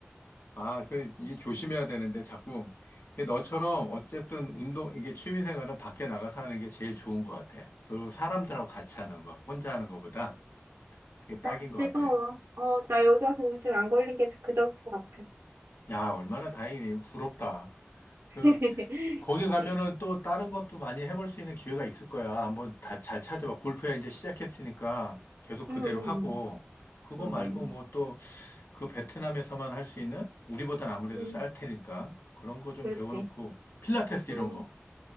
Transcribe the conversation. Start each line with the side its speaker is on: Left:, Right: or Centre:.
Left: 아, 그, 이게 조심해야 되는데, 자꾸. 근데 너처럼, 어쨌든, 운동, 이게 취미생활은 밖에 나가서 하는 게 제일 좋은 것 같아. 그리고 사람들하고 같이 하는 거, 혼자 하는 거보다 그게
Right: 맞아.
Left: 딱인
Right: 즐거워.
Left: 것 같아.
Right: 어, 나 여기 와서 우울증 안 걸린 게 다 그 덕일 것 같아.
Left: 야, 얼마나 다행이네. 부럽다. 그,
Right: <laughs>
Left: 거기
Right: 오케이.
Left: 가면은 또 다른 것도 많이 해볼 수 있는 기회가 있을 거야. 한번 다 잘 찾아봐. 골프야 이제 시작했으니까 계속 그대로
Right: 음, 음,
Left: 하고, 그거
Right: 음,
Left: 말고 뭐 또 그 베트남에서만 할 수 있는 우리보단 아무래도
Right: 음,
Left: 쌀 테니까 그런 거 좀
Right: 그렇지.
Left: 배워놓고, 필라테스
Right: 음,
Left: 이런 거.